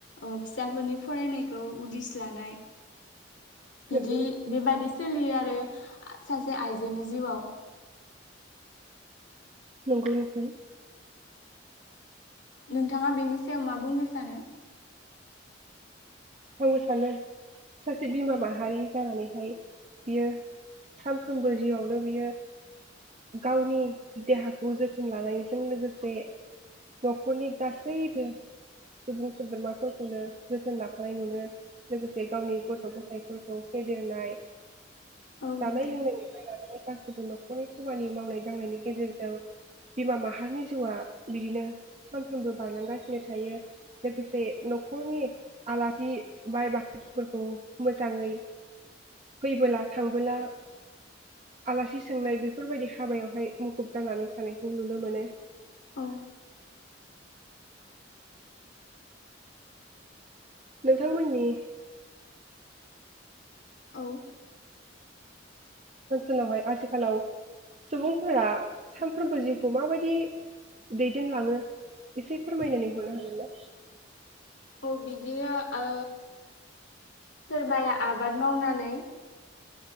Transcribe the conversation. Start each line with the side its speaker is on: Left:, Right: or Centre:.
Left: ओ फिसाफोरनि फरायनायखौ उदिस लानाय बिदि
Right: नंगौ नोंथां
Left: बेबायदि सोलियो आरो। सासे आइजोनि जिउआव
Right: नंगौ नोंथां
Left: नोंथाङा बेनि सायाव मा बुंनो सानो?
Right: आंबो सानो सासे बिमा माहारि जानानैहाय बियो सानफ्रोमबो जिउआवनो बियो गावनि देहाखौ जोथोन लानायजों लोगोसे न'खरनि गासैबो सुबुं सोद्रोमाफोरखौनो जोथोन ला नाय नुनो लोगोसे गावनि गथ' गथायफोरखौ फेदेरनाय
Left: औ
Right: जानाय
Left: नोंथां
Right: लोंनायनिफाय लानानै गासिबो न'खरनि खामानि मावनाय दांनायनि गेजेरजों बिमा माहारिनि जिउआ बिदिनो सानफ्रोमबो बारलांगासिनो थायो लोगोसे न'खरनि आलासि बाय बाहागिफोरखौ मोजाङै फैबोला थांबोला आलासि सोंनाय बेफोरबायदि हाबायावहाय मुखुब जानानै थानायखौ नुनो मोनो
Left: औ
Right: नोंथांमोननि
Left: औ
Right: ओनसोलावहाय आथिखालाव सुबुंफोरा सानफ्रोमबो जिउखौ माबायदि दैदेनलाङो एसे फोरमायनानै हरनो हागोन ना?
Left: औ बिदिया ओ सोरबाया आबाद मावनानै